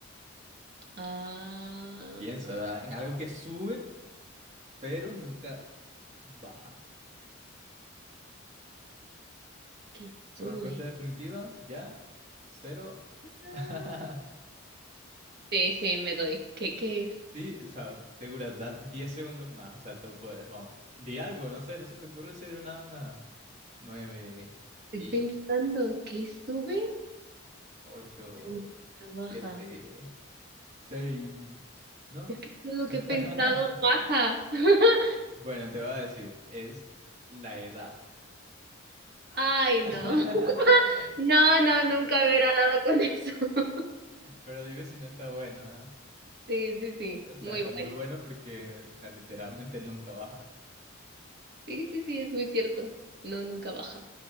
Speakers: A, on the right (about 50°); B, on the right (about 35°).
A: Ah,
B: Piensa, ¿verdad? En algo que sube, pero nunca baja.
A: que sube.
B: Respuesta definitiva, ya, cero.
A: Ah,
B: <laughs>
A: Sí, sí, me doy. ¿Qué, qué es?
B: Sí, o sea, segura, dan 10 segundos más, o sea, tú puedes, vamos. Di algo, no sé, no se te ocurre en serio nada, nada. nueve 10,
A: Estoy pensando que sube,
B: 8,
A: pero nunca baja.
B: 7, 6, ¿no?
A: Es que todo lo
B: <laughs>
A: que he pensado baja. <laughs>
B: Bueno, te voy a decir, es la edad.
A: Ay,
B: <laughs>
A: no. No, no, nunca me hubiera dado con eso. <laughs>
B: Pero dime si no está bueno, ¿ah?
A: Sí, sí, sí,
B: O sea,
A: muy
B: está
A: bueno.
B: muy bueno porque, o sea, literalmente nunca baja.
A: Sí, sí, sí, es muy cierto. No, nunca baja.